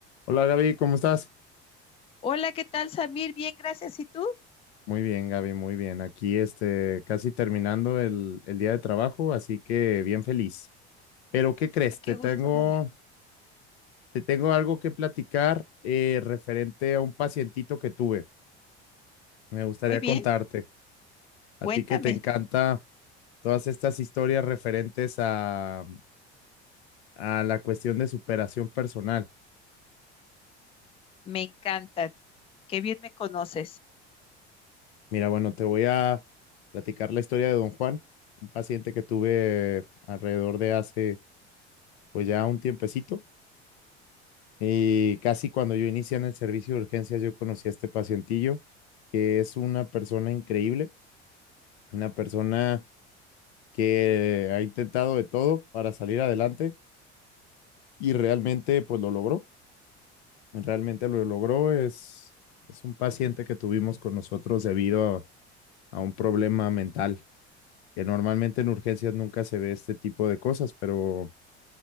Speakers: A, on the left (about 65°); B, on the left (about 15°).
A: Hola Gaby, ¿cómo estás?
B: Hola, ¿qué tal, Samir? Bien, gracias. ¿Y tú?
A: Muy bien, Gaby, muy bien. Aquí este, casi terminando el, el día de trabajo, así que bien feliz. Pero ¿qué crees?
B: Ah, Qué
A: Te tengo,
B: gusto me da.
A: te tengo algo que platicar eh, referente a un pacientito que tuve. Me gustaría
B: Muy bien,
A: contarte. A
B: cuéntame.
A: ti que te encanta todas estas historias referentes a, a la cuestión de superación personal.
B: Me encantan. Qué bien me conoces.
A: Mira, bueno, te voy a platicar la historia de Don Juan, un paciente que tuve alrededor de hace pues ya un tiempecito. Y casi cuando yo inicié en el servicio de urgencias, yo conocí a este pacientillo, que es una persona increíble, una persona que ha intentado de todo para salir adelante y realmente pues lo logró, realmente lo logró. Es, es un paciente que tuvimos con nosotros debido a, a un problema mental, que normalmente en urgencias nunca se ve este tipo de cosas, pero